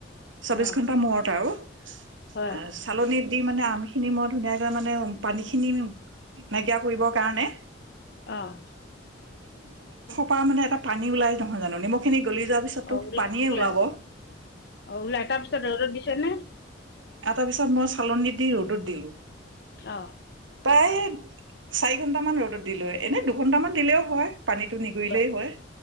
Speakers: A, on the right (about 75°); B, on the left (about 55°).
A: চৌব্বিছ
B: অ
A: ঘণ্টা মূৰত আৰু
B: হয়
A: আৰু চালনীত দি, মানে আম খিনি মই ধুনীয়াকে মানে উ পানী খিনি নাইকিয়া কৰিবৰ কাৰণে,
B: অ',
A: পা মানে এটা পানী ওলাই নহয় জানো নিমখখিনি গলি যোৱাৰ পিছততো
B: অ' ওলাই-ওলাই
A: পানীয়ে ওলাব
B: অ' ওলাই, তাৰপিছত ৰ'দত দিছ নে?
A: এটা পিছত মই চালনী দি ৰ'দত দিলো।
B: অ
A: তাই চাৰি ঘণ্টামান ৰ'দত দিলো, এনে দুঘণ্টামান দিলেও হয়। পানীটো নিগুৰিলেই
B: অ
A: হয়।